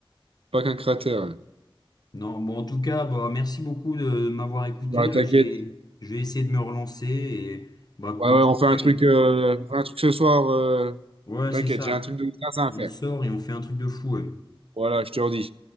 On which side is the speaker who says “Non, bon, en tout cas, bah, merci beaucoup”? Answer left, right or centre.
Left